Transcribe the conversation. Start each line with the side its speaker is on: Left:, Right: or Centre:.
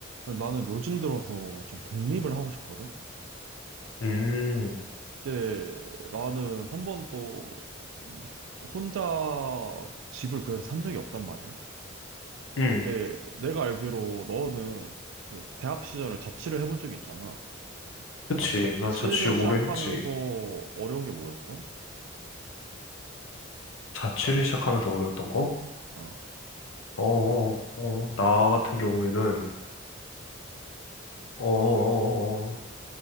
Right: 나는 요즘 들어서 좀 독립을 하고 싶거든?
Left: 음,
Right: 근데 나는 한 번도 음, 혼자 집을 구해서 산 적이 없단 말이야.
Left: 음,
Right: 근데 내가 알기로 너는 그 대학 시절을 자취를 해본 적이 있잖아.
Left: 그치.
Right: 그러니까 자취를
Left: 난 자취 오래
Right: 시작하면서
Left: 했지.
Right: 어려운 게 뭐였어?
Left: 자취를 시작하면서 어려웠던 거?
Right: 아,
Left: 어, 어, 어, 어. 나 같은 경우에는, 어, 어, 어, 어.